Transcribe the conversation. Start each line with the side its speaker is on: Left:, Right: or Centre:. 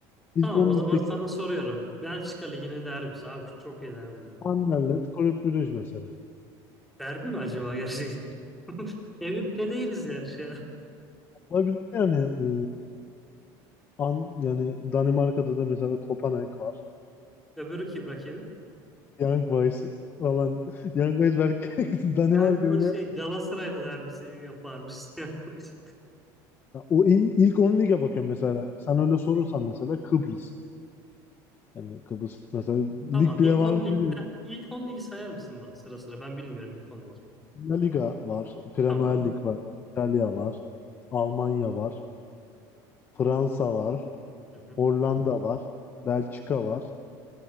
Left: İlk
Centre: Tamam
Left: 10
Centre: o zaman
Left: ligdeki
Centre: sana soruyorum. Belçika Ligi'nin derbisi abi çok iyi derbi dedim.
Left: Anderlecht, Kulüp Brugge mesela.
Centre: Derbi mi acaba gerçekten? <laughs> Emin de değiliz yani şey.
Left: Olabilir yani e, an, yani Danimarka'da da mesela Kopenhag var.
Centre: Öbürü kim rakibi?
Left: Young Boys falan. <laughs> Young Boys belki <laughs> Danimarka
Centre: Yani o
Left: bile.
Centre: şey Galatasaray'la derbisi yaparmış. <laughs> Yani o iş.
Left: Ya O il- ilk on lige bakıyorum mesela. Sen öyle sorursan mesela Kıbrıs. Yani Kıbrıs mesela
Centre: Tamam
Left: lig
Centre: ilk
Left: bile var
Centre: 10
Left: mı
Centre: ligden
Left: bilmiyorum.
Centre: ilk 10 ligi sayar mısın bana sıra sıra? Ben bilmiyorum ilk 10 ligi.
Left: La Liga var, Premier
Centre: Tamam.
Left: Lig var, İtalya var, Almanya var, Fransa var,
Centre: Hı hı.
Left: Hollanda var, Belçika var,